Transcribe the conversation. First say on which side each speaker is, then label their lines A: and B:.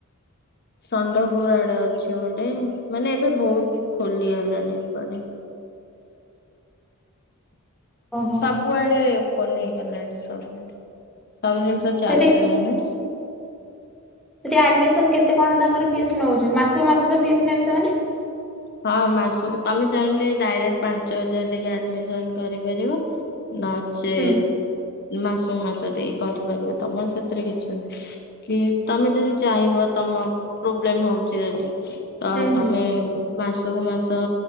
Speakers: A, on the left; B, in the centre.
A: ଷଣ୍ଢପୁର ଆଡେ ଅଛି ଗୋଟେ ମାନେ ଏବେ ବହୁତ ଖୋଲିଗଲାଣି ଏପଟେ।
B: ଓହୋ
A: ସବୁଆଡେ ପଲିଗଲାଣି ସବୁ ସବୁ ଜିନି ତ ଚାଲିଲାଣି।
B: ସେଠି ସେଠି ଆଡମିସନ କେତେ କଣ ତାଙ୍କର ଫିସ୍ ନଉଚନ୍ତି, ମାସକୁ ମାସ ତ ଫିସ୍ ନେବେ ସେମାନେ?
A: ହଁ ମାସକୁ ତମେ ଚାହିଁଲେ ଡାଇରେକ୍ଟ ପାଞ୍ଚ ହଜାର ଦେଇକି ଆଡମିସନ କରିପାରିବ। ନଚେତ୍
B: ହୁଁ
A: ମାସକୁ ମାସ ଦେଇ କରିପାରିବ, ତମର ସେଥିରେ କିଛି କି ତମେ ଯଦି ଚାହିଁବ ତମ ପ୍ରୋବ୍ଲେମ ହଉଚି ଯଦି ତ
B: ହୁଁ ହୁଁ
A: ତମେ ମାସକୁ ମାସ